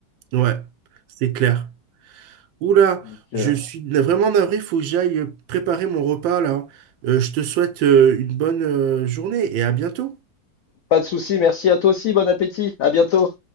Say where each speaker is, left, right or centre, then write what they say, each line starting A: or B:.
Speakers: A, on the right; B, on the left.
A: Ouais, c'est clair. Oula,
B: Donc,
A: je
B: euh,
A: suis na- vraiment navré, faut que j'aille préparer mon repas là. Euh, je te souhaite euh, une bonne euh, journée et à bientôt.
B: pas de souci, merci à toi aussi, bon appétit, à bientôt.